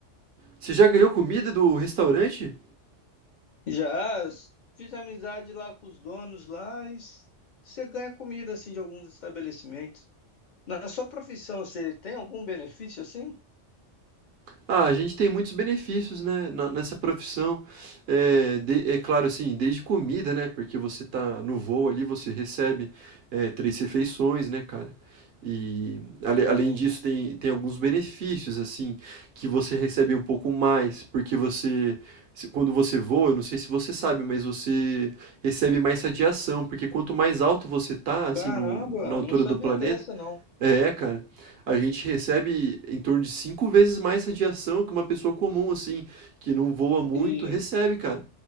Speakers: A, on the right (about 60°); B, on the left (about 45°).
A: Você já ganhou comida do restaurante?"
B: Já fiz amizade lá com os donos lá e s- você ganha comida assim de alguns estabelecimentos. Na sua profissão, você tem algum benefício assim?
A: Ah, a gente tem muitos benefícios, né, na nessa profissão, eh, de é claro, assim, desde comida, né, porque você tá no voo ali, você recebe, eh, 3 refeições, né, cara. E ale além
B: Sim.
A: disso tem tem alguns benefícios, assim, que você recebe um pouco mais, porque você se quando você voa, eu não sei se você sabe, mas você recebe mais radiação, porque quanto mais alto você tá, assim,
B: Caramba,
A: no na altura
B: não sabia
A: do planeta
B: dessa não.
A: é, cara. A gente recebe em torno de 5 vezes mais radiação que uma pessoa comum, assim, que não voa muito,
B: E,
A: recebe, cara.